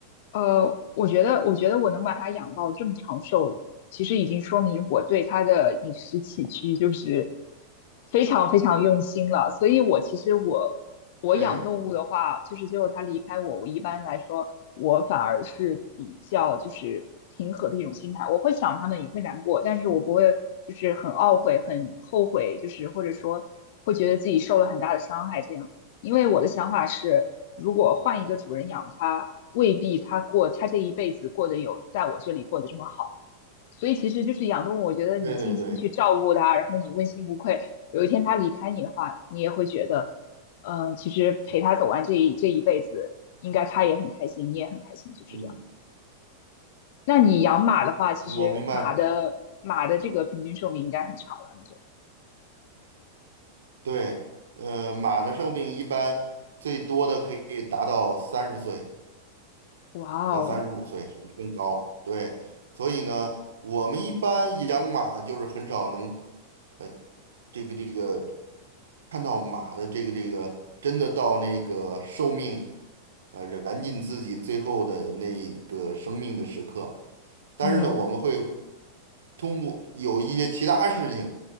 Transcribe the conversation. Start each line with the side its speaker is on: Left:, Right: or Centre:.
Left: 呃，我觉得我觉得我能把它养到这么长寿，其实已经说明我对它的饮食起居就是非常非常用心了。所以我其实我我养动物的话，
Right: 对，
Left: 就是最后它离开我，我一般来说我反而是比较就是平和的一种心态，我会想它们，也会难过，但是我不会就是很懊悔、很后悔，就是或者说会觉得自己受了很大的伤害这样。因为我的想法是，如果换一个主人养它，未必它过它这一辈子过得有在我这里过得这么好。所以其实就是养动物，我觉得你尽心去照顾它，
Right: 对对对，嗯
Left: 然后你问心无愧，有一天它离开你的话，你也会觉得，呃，其实陪它走完这一这一辈子，应该它也很开心，你也很开心，就是这样。
Right: 嗯，
Left: 那你养马的话，其实马的马的这个平均寿命应该很长了，
Right: 我明白，
Left: 那就。
Right: 对，呃，马的寿命一般最多的可以达到三十岁。
Left: 哇哦，
Right: 到三十五岁，甚至更高。对，所以呢，我们一般养马就是很少能，呃，这个这个看到马的这个这个真的到那个寿命，呃，燃尽自己最后的那个生命的时刻。但是呢，
Left: 嗯
Right: 我们会通过有一些其他事情，